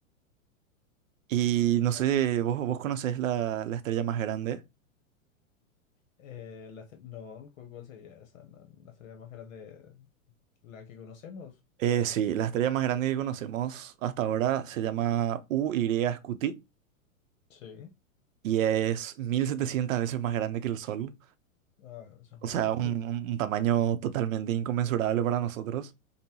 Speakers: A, on the right; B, on the left.
A: Y
B: Ah,
A: no sé, vos, vos conocés la, la estrella más grande.
B: eh, la ce- no, ¿cu- ¿cuál sería esa? La, la estrella más grande, la que conocemos.
A: Eh, sí, la estrella más grande que conocemos hasta ahora se llama U UY Scuti
B: Sí.
A: y es 1700 veces más grande que el Sol.
B: Ah, eso es
A: O
B: mucho.
A: sea, un,
B: <laughs>
A: un- un tamaño totalmente inconmensurable para nosotros.